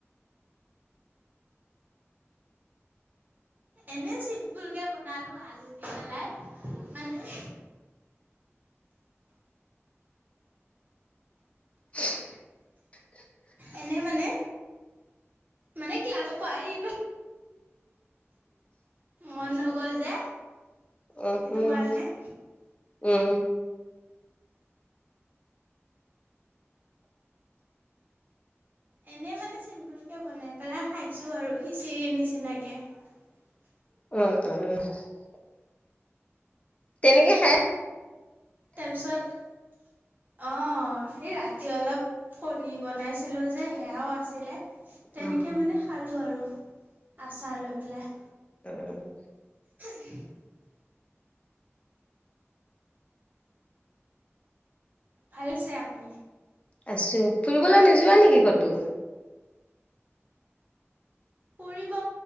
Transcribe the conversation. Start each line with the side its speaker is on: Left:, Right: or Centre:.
Right: এনে চিম্পুল কে বনালো আলু দি পেলাই মানে <unintelligible>
Left: <unintelligible>
Right: এনে মানে মানে ক্লাছৰ পৰা আহ মন নগ'ল যে
Left: উম,
Right: সেইটো
Left: উম,
Right: কাৰণে
Left: উম,
Right: এনেই মানে চিম্পুলকে বনাই পেলাই খাইছো আৰু খিচিৰি নিচিনাকে। <unintelligible>
Left: উম, উম, উ। তেনেকে খা
Right: তাৰ পিছত অ', এই ৰাতি অলপ কণী বনাইছিলো যে সেয়াও আছিলে। তেনেকে
Left: উম।
Right: মানে খালোঁ আৰু আচাৰ লৈ পেলাই।
Left: উ।
Right: <unintelligible> ভাল আছে আপুনি।
Left: আছো ফুৰিবলৈ নোযোৱা নেকি কতো।
Right: ফুৰিব